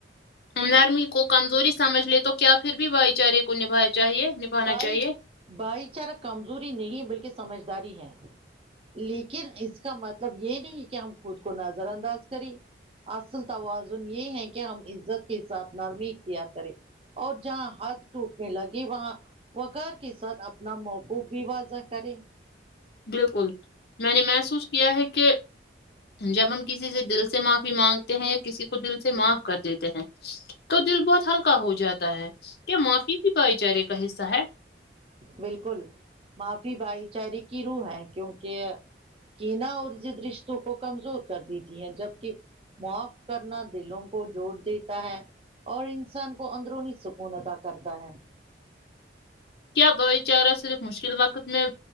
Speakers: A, on the left; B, on the right.
A: نرمی کو کمزوری سمجھ لے تو کیا پھر بھی بھائی چارے کو نبھا چاہیے نبھانا
B: بھائی
A: چاہیے
B: بھائی چارہ کمزوری نہیں بلکے سمجھداری ہے لیکن اس کا مطلب یے نہیں کی ہم خود کو نظر انداز کریں اصل توازن یے ہے کے ہم عزت کے ساتھ نرمی اختیار کریں اور جہاں حد ٹوٹنے لگی وہاں وکار کے ساتھ اپنا موقو بھی واضح کریں
A: بالکل میں نے محسوس کیا ہے کے جب ہم کسی سے دل سے ماف فی مانگتے ہیں یا کسی کو دل سے معاف کر دیتے ہیں تو دل بہت ہلکا ہو جاتا تا ہے کے معافی بھی بھائی چارے کا حصہ ہے
B: بالکل معافی بھائی چارے کی روح ہے کیونکہ کینا اور ضد رشتوں کو کمزور کر دیتی ہے جبکی معاف کرنا دلوں کو جوڑ دیتا ہے اور انسان کو اندرونی سکون اتا کرتا ہے
A: کیا بھائی چارہ صرف مشکل وقت میں